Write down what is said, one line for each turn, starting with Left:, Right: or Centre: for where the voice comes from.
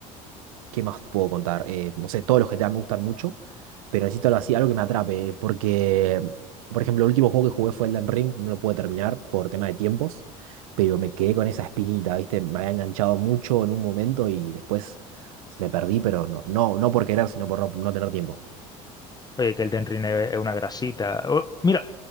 Right: ¿qué más puedo contar? Eh, no sé, todos los GTA me gustan mucho, pero necesito algo así, algo que me atrape, porque, por ejemplo, el último juego que jugué fue Elden Ring, y no lo pude terminar por tema de tiempos, pero me quedé con esa espinita, ¿viste? Me había enganchado mucho en un momento y después me perdí, pero no, no, no por querer, sino por no, no tener tiempo.
Left: Oye, que el Elden Ring es es una grasita. O- mira,